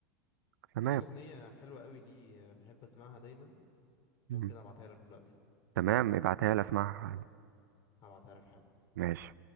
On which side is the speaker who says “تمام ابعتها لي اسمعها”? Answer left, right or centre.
Right